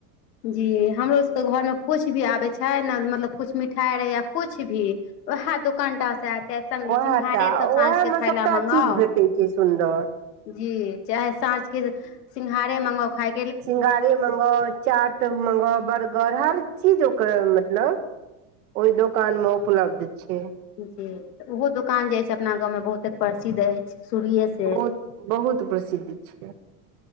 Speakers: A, on the left; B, on the right.
A: जी हमरो सबके घर में कुछ कुछ भी आबै छै ने मतलब कुछ मिठाई रहै या कुछ भी वएह दोकानटा से आबै च
B: ओएह
A: सिंघारे
B: टा
A: सब
B: ओएह
A: साँझ के खायला
B: मे सबटा
A: मंगाउ
B: चीज भेटै छै सुन्दर
A: जी चाहे साँझ के सिंघारे मंगाउ खाय
B: सिंघाड़े मंगाउ चाट मंगाउ बर्गर हर चीज ओकर मतलब ओय दोकान मे उपलब्ध छै
A: जी त ओहो दुकान जे अछि अपना गाँव में बहुते प्रसिद्ध अछि शुरू‌एसँ
B: बहुत बहुत प्रसिद्ध छैय